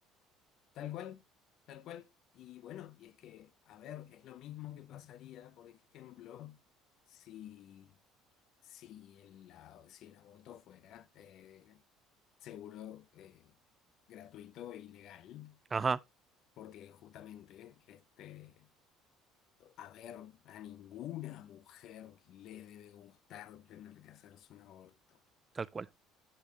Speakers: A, on the left; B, on the right.
A: tal cual, tal cual. Y bueno, y es que, a ver, es lo mismo que pasaría, por ejemplo, si si el, la- si el aborto fuera eh, seguro, eh, gratuito y legal,
B: Ajá,
A: porque justamente este, a ver, a ninguna mujer le debe gustar tener que hacerse un aborto.
B: tal cual.